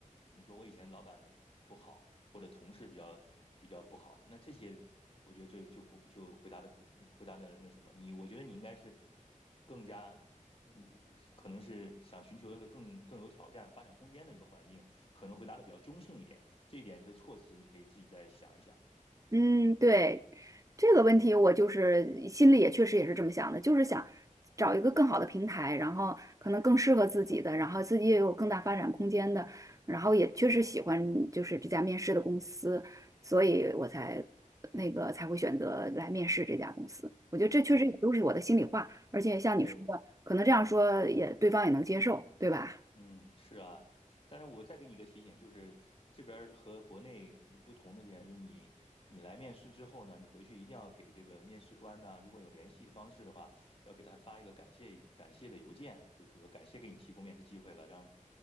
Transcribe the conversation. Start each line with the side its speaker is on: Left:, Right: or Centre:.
Left: 你说我以前老板不好，或者同事比较比较不好，那这些我觉得就就不就回答的不回答的那什么，你我觉得你应该是更加。嗯，可能是想寻求一个更更有挑战、发展空间的一个环境，可能回答的比较中性一点。这一点的措辞你可以自己再想一想。
Right: 嗯，对，这个问题我就是心里也确实也是这么想的，就是想找一个更好的平台，然后可能更适合自己的，然后自己也有更大发展空间的，然后也确实喜欢就是这家面试的公司，所以我才那个才会选择来面试这家公司。我觉得这确实也都是我的心里话，
Left: 对
Right: 而且像你说的，
Left: 对，
Right: 可能这样说也对方也能接受，对吧？
Left: 嗯，是啊，但是我再给你一个提醒，就是这边儿和国内不同的点，就是你你来面试之后呢，你回去一定要给这个面试官呢，如果有联系的方式的话，要给他发一个感谢感谢的邮件，就比如感谢给你提供面试机会了，让